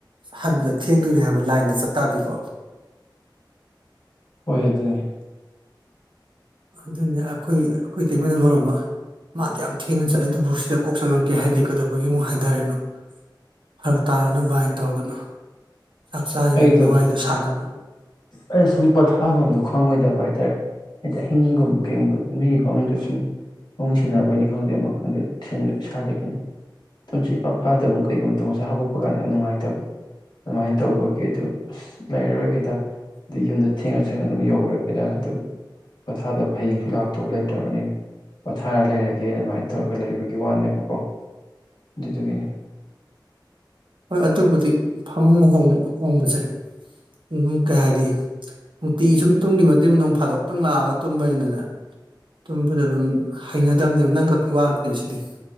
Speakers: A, on the right; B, on the left.
A: ꯍꯟꯕꯗ ꯊꯦꯡꯗꯣꯏꯅꯦ ꯍꯥꯏꯕ ꯂꯥꯏꯟꯗ ꯆꯠꯇꯥꯔꯗꯤꯀꯣ꯫
B: ꯍꯣꯢ ꯑꯗꯨꯅꯦ
A: ꯑꯗꯨꯅꯦ ꯑꯩꯈꯣꯏ ꯑꯩꯈꯣꯏ ꯏꯇꯩꯃꯅ ꯃꯔꯣꯜ ꯑꯃ ꯃꯥ ꯑꯗꯨꯛ ꯌꯥꯝ ꯊꯦꯡꯅ ꯆꯠꯂꯤꯗꯨꯕꯨ ꯁꯤꯗ ꯀꯣꯛ ꯆꯪꯉꯛꯀꯦ ꯍꯥꯏꯗꯤ ꯀꯩꯗꯧꯕꯒꯤ ꯑꯃꯨꯛ ꯍꯥꯏꯗꯔꯤꯅꯣ ꯐꯔꯛ ꯇꯥꯅꯅꯕ ꯍꯥꯏꯅ ꯇꯧꯗꯅ꯫ ꯆꯥꯛ ꯆꯥꯔꯤꯉꯩꯗꯨꯗ
B: ꯑꯩꯗꯣ
A: ꯋꯥꯔꯤꯗꯣ ꯁꯥꯟꯅꯕ
B: ꯑꯩ ꯁꯨꯝ ꯄꯊꯥꯞꯝꯗꯣ ꯈꯪꯉꯣꯏꯗꯕ ꯍꯥꯏꯇꯥꯔꯦ꯫ ꯍꯥꯏꯗꯤ ꯑꯍꯤꯡꯒꯨꯝꯕ ꯀꯩꯒꯨꯝꯕ ꯃꯤꯒꯤ ꯐꯃꯨꯡꯗ ꯁꯨꯝ ꯐꯃꯨꯡ ꯁꯤꯟꯅꯕꯩꯅꯤ ꯈꯪꯗꯦ ꯑꯃ ꯈꯪꯗꯦ ꯏꯁꯥꯗ <unintelligible> ꯇꯨꯝꯁꯤꯠ ꯏꯐꯥ ꯐꯥꯗꯕꯒꯨꯝ ꯀꯩꯒꯨꯝ ꯇꯧ ꯉꯁꯥꯢ ꯍꯧꯒꯠꯄꯥ ꯀꯥꯟꯗ ꯌꯥꯝ ꯅꯨꯡꯉꯥꯏꯇꯕꯗꯣ ꯑꯗꯨꯃꯥꯏꯅ ꯇꯧꯕ ꯀꯦ ꯗꯨ ꯑꯁ ꯂꯩꯔꯔꯣꯏꯒꯦꯗ ꯑꯗꯩ ꯌꯨꯝꯗ ꯊꯦꯡꯅ ꯊꯦꯡꯅ ꯑꯗꯨꯝ ꯌꯧꯔꯒꯦꯗ ꯑꯗꯨꯝ ꯄꯣꯊꯥꯗꯕ ꯍꯌꯦꯡꯁꯨ ꯂꯥꯛꯇꯧ ꯂꯩꯇ꯭ꯔꯕꯅꯤꯅ ꯄꯣꯊꯥꯔ ꯂꯩꯔꯒꯦ ꯑꯗꯨꯃꯥꯏꯅ ꯇꯧꯔꯒ ꯂꯩꯕꯒꯤ ꯋꯥꯅꯦꯕꯀꯣ ꯑꯗꯨꯗꯨꯒꯤꯅꯤ꯫
A: ꯍꯣꯏ ꯑꯗꯨꯕꯨꯗꯤ ꯐꯃꯨꯡ ꯍꯣꯡꯕꯁꯦ ꯑꯗꯨꯝ ꯀꯩ ꯍꯥꯏꯅꯤ ꯅꯨꯡꯇꯤꯒꯤ ꯁꯨꯝ ꯇꯨꯝꯒꯤ ꯃꯇꯨꯡ ꯅꯣꯡ ꯐꯥꯗꯣꯛꯇꯪ ꯂꯥꯛꯑꯒ ꯇꯨꯝꯕꯅꯤꯅꯅꯦ ꯇꯨꯝꯕꯗ ꯑꯗꯨꯝ ꯍꯩꯅꯗꯕꯅꯦꯕ ꯅꯪ ꯈꯛꯀꯤ ꯋꯥ ꯅꯇꯦ ꯁꯤꯗꯤ